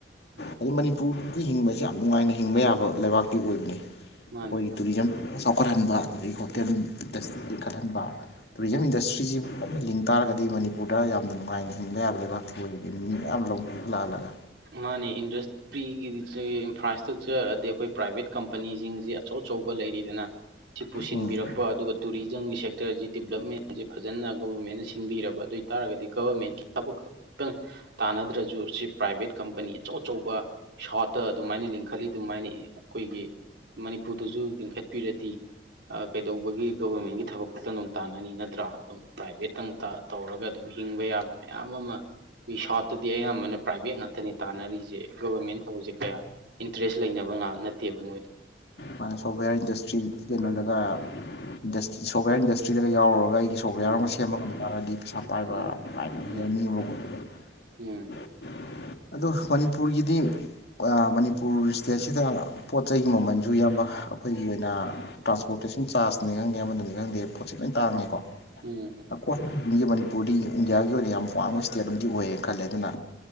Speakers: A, on the right; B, on the left.
A: ꯎꯝ
B: ꯑꯗꯩ ꯃꯅꯤ ꯄꯨꯔꯒꯤꯗꯤ ꯍꯤꯡꯕꯁꯦ ꯌꯥꯝ ꯅꯨꯡꯉꯥꯏꯅ ꯍꯤꯡꯕ ꯌꯥꯕ ꯂꯩꯕꯥꯛꯇꯤ ꯑꯣꯏꯕꯅꯤ
A: ꯃꯥꯅꯦ
B: ꯈꯣꯏꯒꯤ ꯇꯨꯔꯤꯖꯝ ꯆꯥꯎꯈꯠꯍꯟꯕ ꯑꯗꯨꯗꯒꯤ ꯍꯣꯇꯦꯜ
A: ꯎꯝ
B: ꯗꯦꯁ ꯂꯤꯡꯈꯠꯍꯟꯕ ꯇꯨꯔꯤꯖꯝ
A: ꯎꯝ
B: ꯏꯟꯗꯁꯇ꯭ꯔꯤꯁꯤ ꯑꯗꯨ ꯂꯤꯡ ꯇꯥꯔꯒꯗꯤ ꯃꯅꯤꯄꯨꯔꯗ ꯌꯥꯝꯅ ꯅꯨꯡꯉꯥꯏꯅ ꯍꯤꯡꯕ ꯌꯥꯕ ꯂꯩꯕꯥꯛꯇꯤ ꯑꯣꯏꯔꯤꯅꯦ ꯃꯤ ꯃꯌꯥꯝ ꯂꯝꯀꫭꯏꯕ ꯂꯥꯛꯍꯜꯂꯒ꯫
A: ꯃꯥꯅꯦ ꯏꯟꯗꯁꯇ꯭ꯔꯤꯒꯤꯗꯤ ꯁꯤ ꯏꯟꯐ꯭ꯔꯥꯁ꯭ꯇ꯭ꯔꯛꯆꯔ ꯑꯗꯩ ꯑꯈꯣꯏ ꯄ꯭ꯔꯥꯏꯕꯦꯠ ꯀꯝꯄꯅꯤꯁꯤꯡꯁꯤ ꯑꯆꯧ ꯑꯆꯧꯕ ꯂꯩꯔꯤꯗꯅ꯫ ꯁꯤ ꯄꯨꯁꯤꯟꯕꯤꯔꯛꯄ
B: ꯎꯝ
A: ꯑꯗꯨꯒ ꯇꯨꯔꯤꯖꯝꯒꯤ ꯁꯦꯛ ꯇꯔꯁꯤ ꯗꯤꯕꯂꯞꯃꯦꯟꯁꯦ ꯐꯖꯅ ꯒꯣꯕꯔꯃꯦꯟꯅ ꯁꯤꯟꯕꯤꯔꯕ ꯑꯗꯨ ꯑꯣꯏꯇꯥꯥꯔꯒꯗꯤ ꯒꯕꯔꯃꯦꯟꯒꯤ ꯊꯕꯛ ꯈꯛꯇꯪ ꯇꯥꯟꯅꯗ꯭ꯔꯁꯨꯨ ꯁꯤ ꯄ꯭ꯔꯥꯏꯚꯦꯠ ꯀꯝꯄꯅꯤ ꯑꯆꯧ ꯑꯆꯧꯕ ꯁꯥꯎꯠꯇ ꯑꯗꯨꯃꯥꯏꯅ ꯂꯤꯡꯈꯠꯂꯤ ꯑꯗꯨꯃꯥꯏꯅ ꯈꯣꯏꯒꯤ ꯃꯅꯤꯄꯨꯔꯗꯁꯨ ꯂꯤꯡꯈꯠꯄꯤꯔꯗꯤ ꯑ ꯀꯩꯗꯧꯕꯒꯤ ꯒꯕꯔꯃꯦꯟꯒꯤ ꯊꯕꯛ ꯇꯪ ꯗꯨꯝ ꯇꯥꯟꯅꯅꯤ ꯅꯠꯇ꯭ꯔꯥ ꯑꯗꯨꯝ ꯄ꯭ꯔꯥꯏꯚꯦꯠꯇꯪ ꯇꯥ ꯇꯧꯔꯒ ꯑꯗꯨꯝ ꯍꯤꯡꯕ ꯌꯥꯕ ꯃꯌꯥꯝ ꯑꯃ ꯃꯤ ꯁꯥꯎꯇꯗꯤ ꯑꯌꯥꯝꯕꯅ ꯄ꯭ꯔꯥꯏꯚꯦꯠ ꯉꯥꯛ ꯇꯅꯤ ꯇꯥꯟꯅꯔꯤꯁꯦ ꯒꯕꯔꯃꯦꯟ ꯊꯕꯛꯁꯦ ꯀꯌꯥ ꯏꯟꯇꯔꯦꯁ ꯂꯩꯅꯕ ꯉꯥꯛ ꯅꯠꯇꯦꯕ ꯃꯣꯏꯗꯤ꯫
B: ꯃꯥꯅ‌ꯦ ꯁꯣꯞꯋꯦꯌꯔ ꯏꯟꯗꯁꯇ꯭ꯔꯤ ꯀꯩꯅꯣꯗꯒ
A: ꯎꯝ
B: ꯏꯟꯗꯁꯇ꯭ꯔꯤ ꯁꯣꯞꯋꯦꯌꯔ ꯏꯟꯗꯁꯇ꯭ꯔꯤꯗꯒ ꯌꯥꯎꯔꯨꯔꯒ ꯑꯩꯒꯤ ꯁꯣꯞꯋꯦꯌꯥꯔ
A: ꯎꯝ
B: ꯑꯃꯒ ꯁꯦꯝꯕ ꯉꯝ ꯇꯥꯔꯒꯗꯤ ꯄꯩꯁꯥ
A: ꯎꯝ
B: ꯄꯥꯏꯕ ꯂꯥꯏ
A: ꯎꯝ
B: ꯃꯤ ꯑꯃ ꯑꯣꯏ
A: ꯎꯝ
B: <inaudible> ꯑꯗꯨ ꯃꯅꯤꯄꯨꯔꯒꯤꯗꯤ ꯑꯥ ꯃꯅꯤꯄꯨꯔ ꯁ꯭ꯇꯦꯠꯁꯤꯗ ꯄꯣꯠ ꯆꯩꯒꯤ ꯃꯃꯜꯁꯨ ꯏꯌꯥꯝꯕ ꯑꯈꯣꯏꯒꯤ ꯑꯣꯏꯅ ꯑ ꯇ꯭ꯔꯥꯟꯁꯄꯣꯔꯇꯦꯁꯟ ꯆꯥꯔꯖꯇꯅꯤ ꯈꯪꯗꯦ ꯑꯃꯗꯅꯤ ꯈꯪꯗꯦ ꯄꯣꯠꯁꯦ ꯂꯣꯏ ꯇꯥꯡꯉꯦꯀꯣ꯫
A: ꯎꯝ
B: ꯑꯀꯣ <inaudible> ꯃꯅꯤꯄꯨꯔꯗꯤ ꯏꯟꯗꯤꯌꯥꯒꯤ ꯑꯣꯏꯅ ꯌꯥꯝ ꯋꯥꯡꯕ ꯁ꯭ꯇꯦꯠ ꯑꯃꯗꯤ ꯑꯣꯏꯌꯦꯅ ꯈꯜꯂꯦ ꯑꯗꯨꯅ